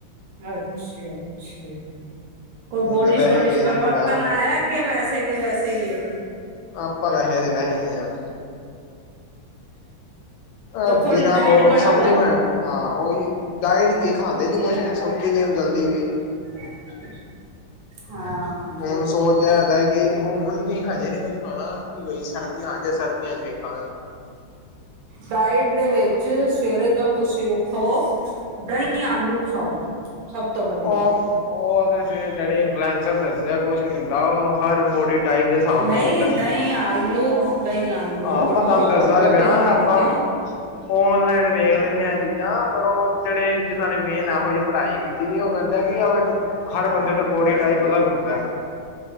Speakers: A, on the right (about 70°); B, on the left (about 80°).
A: ਅੱਛਾ ਅੱਛਾ। ਕੋਈ
B: ਹੁਣ
A: ਬੋਲੀ
B: ਤੇ ਵੈਸੇ
A: ਛੋਲੀ
B: ਗਏ
A: ਚ ਪਰਿਵਰਤਨ
B: ਸੀ ਬਾਜ਼ਾਰ
A: ਆਇਆ ਕੇ ਵੈਸੇ ਕੇ ਵੈਸੇ ਈ ਆ।
B: ਆਪਾਂ ਵੈਸੇ ਦੇ ਵੈਸੇ ਈ ਆ। ਅ
A: ਥੋੜੀ
B: ਬਿਨਾਂ
A: ਡਾਈਟ
B: ਬਹੁ
A: ਬਣਾ
B: ਸਪਲੀਮੈਂਟ
A: ਲਓ
B: ਹਾਂ ਉਹੀ ਡਾਇਟ ਕੀ ਖਾਂਦੇ ਨੀ ਕੁਛ ਸੁੱਕੀ ਜਿਮ ਜਲਦੀ ਵੀ
A: <unintelligible> ਹਾਂ
B: ਹੁਣ ਸੋਚ ਇਹਦਾ ਕੀ ਹੁਣ ਨੀ ਹਜੇ ਨੀ ਕੁਛ ਖਾਣਾ ਬਈ ਸਰਦੀਆਂ ਆਜੇ ਸਰਦੀਆਂ ਚ ਵੇਖਾਂਗੇ।
A: ਡਾਇਟ ਦੇ ਵਿੱਚ ਸਵੇਰੇ ਜਦ ਤੁਸੀਂ ਉੱਠੋ ਦਈ ਆਲੂ ਖਾਓ। ਸਭ ਤੋਂ ਵਧੀਆ
B: ਉਹ ਉਹਦੇ ਜਿ ਡੈਡੀ ਫਲੂਸਰੇ ਦੱਸ ਆ ਕੁਛ ਨ ਹੁੰਦਾ ਉਹ ਹਰ ਬੋਡੀ ਟਾਇਪ ਦੇ ਸਾਬ ਨਾਲ
A: ਨਹੀਂ
B: ਹੁੰਦਾ
A: ਆਲੂ ਦਹੀਂ ਆਲੂ
B: ਆ ਮੈਂ ਤੁਆਨੂੰ
A: ਔਰ ਸੋਇਆਬੀਨ
B: ਦਸਦਾ ਪਿਆ
A: ਦੀ
B: ਆਪਾਂ।
A: ਬੜੀ
B: ਔਨਲਾਈਨ ਵੇਖ ਲੈਂਨੇ ਆ ਚੀਜ਼ਾਂ ਪਰ ਉਹ ਜਿਹੜੇ ਜਿਨਾਂ ਨੇ ਮੇਨ ਇਹੋ ਜਿਹੀ ਪੜ੍ਹਾਈ ਕੀਤੀ ਦੀਦੀ ਉਹ ਕਹਿੰਦਾ ਆ ਕੀ ਹਰ ਬੰਦੇ ਦਾ ਬੋਡੀ ਟਾਇਪ ਅਲੱਗ ਹੁੰਦਾ।